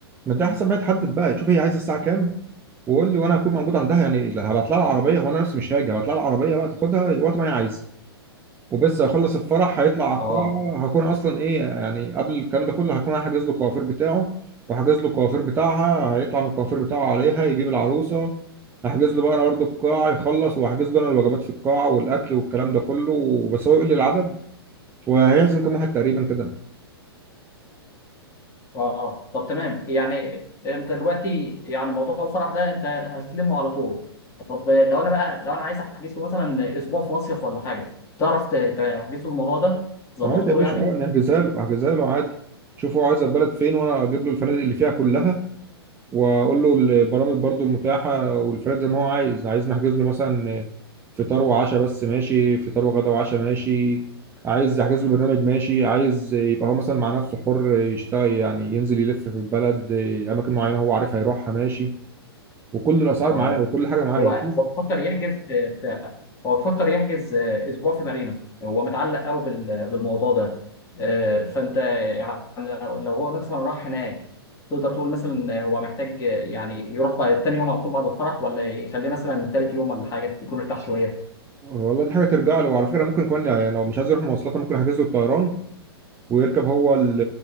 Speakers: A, on the right; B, on the left.
A: ما انت حسب ما تحدد بقى شوف هي عايزه الساعه كام وقول لي وانا هكون موجود عندها يعني لا هبعت لها العربيه هو انا نفسي مش هاجي هبعت لها العربيه بقى تاخدها وقت ما هي عايزه وبس هيخلص الفرح هيطلع على
B: اه
A: القاعة هكون أصلا إيه يعني قبل الكلام ده كله هكون أنا حاجز له الكوافير بتاعه وحاجز له الكوافير بتاعها هيطلع من الكوافير بتاعه عليها يجيب العروسة هحجز له بقى أنا برضه القاعة يخلص وهحجز له أنا الوجبات في القاعة والأكل والكلام ده كله بس هو يقول لي العدد وهيعزم كام واحد تقريبا كده
B: اه آه. طب تمام يعني انت دلوقتي يعني موضوع الفرح ده انت هتلمه على طول طب لو انا بقى لو انا عايز احجز له مثلا اسبوع في مصيف ولا حاجه تعرف ت- تحجز له الموضوع ده تظبطه
A: عادي يا باشا
B: له يعني
A: أه نحجزها له أحجزها له عادي شوف هو عايز البلد فين وأنا أجيب له الفنادق اللي فيها كلها واقول له البرامج برضو المتاحه والفريد زي ما هو عايز عايز نحجز له مثلا فطار وعشاء بس ماشي فطار وغدا وعشاء ماشي عايز احجز له برنامج ماشي عايز يبقى هو مثلا مع نفسه حر يشتغل يعني ينزل يلف في البلد اماكن معينه هو عارف هيروحها ماشي وكل الاسعار
B: اه
A: معايا وكل حاجه معايا
B: هو
A: شوف
B: هو بيفكر يحجز في في- هو بيفكر يحجز اسبوع في مارينا هو متعلق قوي بال- بالموضوع ده آه، فانت لو هو مثلا راح هناك تقدر تقول مثلا هو محتاج يعني يروح بعد تاني يوم على طول بعد الفرح ولا يخليه مثلا تالت يوم ولا حاجه يكون ارتاح شويه
A: والله دي حاجه ترجع له وعلى فكره ممكن كمان يعني لو مش عايز يروح مواصلات ممكن احجز له الطيران ويركب هو ال-